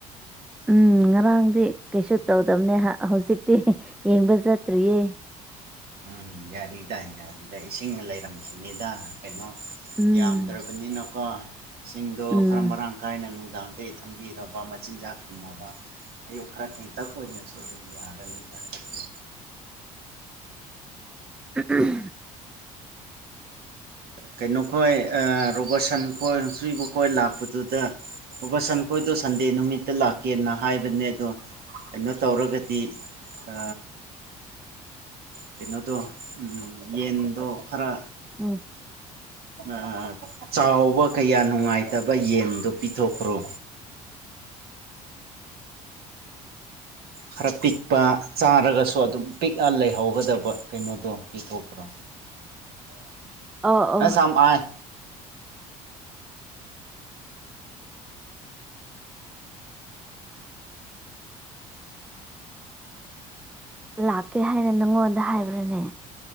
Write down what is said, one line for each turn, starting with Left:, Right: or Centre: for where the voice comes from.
Centre: ꯎꯝ ꯉꯔꯥꯡꯗꯤ ꯀꯩꯁꯨ ꯇꯧꯗꯕꯅꯦ ꯍ ꯍꯧꯖꯤꯛꯇꯤ ꯌꯦꯡꯕ ꯆꯠꯇ꯭ꯔꯤꯌꯦ
Right: ꯎꯝ ꯌꯥꯔꯤꯗ ꯌꯥꯔꯤꯗ ꯏꯁꯤꯡꯒ ꯂꯩꯔꯝꯈꯤꯅꯤꯗ ꯀꯩꯅꯣ
Centre: ꯎꯝ
Right: ꯌꯥꯝꯗ꯭ꯔꯕꯅꯤꯅꯀꯣ ꯏꯁꯤꯡꯗꯣ
Centre: ꯎꯝ
Right: ꯈꯔ ꯃꯔꯥꯡ ꯀꯥꯏꯅ ꯅꯨꯡꯗꯥꯡ ꯗꯤ ꯊꯝꯕꯤꯔꯕ ꯃꯆꯤꯟꯖꯥꯛ ꯊꯝꯃꯕ ꯑꯌꯨꯛ ꯈꯔ ꯊꯦꯟꯇꯛ ꯑꯣꯏꯅꯁꯨ ꯑꯗꯨꯝ ꯌꯥꯔꯅꯤ ꯍꯟꯗꯛꯇꯤ
Centre: ꯎꯝꯎꯝ
Right: ꯀꯩꯅꯣ ꯈꯣꯏ ꯔꯣꯕꯔꯠꯁꯟ ꯈꯣꯏ <unintelligible> ꯈꯣꯏ ꯂꯥꯛꯄꯗꯨꯗ ꯔꯣꯕꯔꯠꯁꯟꯈꯣꯏꯗꯣ ꯁꯟꯗꯦ ꯅꯨꯃꯤꯠꯇ ꯂꯥꯛꯀꯦꯅ ꯍꯥꯏꯕꯅꯦ ꯑꯗꯣ ꯀꯩꯅꯣ ꯇꯧꯔꯒꯗꯤ ꯑ ꯀꯩꯅꯣꯗꯣ ꯌꯦꯟꯗꯣ ꯈꯔ
Centre: ꯑꯧ
Right: ꯑ ꯆꯥꯎꯕ ꯀꯌꯥ ꯅꯨꯡꯉꯥꯏꯇꯕ ꯌꯦꯟꯗꯨ ꯄꯤꯊꯣꯛꯈ꯭ꯔꯣ ꯈꯔ ꯄꯤꯛꯄ ꯆꯥꯔꯒꯁꯨ ꯑꯗꯨꯝ ꯄꯤꯛꯑ ꯂꯩꯍꯧꯒꯗꯕ ꯀꯩꯅꯣꯗꯣ ꯄꯤꯊꯣꯛꯈ꯭ꯔꯣ
Centre: ꯑꯣ ꯑꯣ
Right: ꯑ <unintelligible> ꯁꯝ ꯑꯥꯏ
Centre: ꯂꯥꯛꯀꯦ ꯍꯥꯏꯅ ꯅꯪꯉꯣꯟꯗ ꯍꯥꯏꯕ꯭ꯔꯅꯦ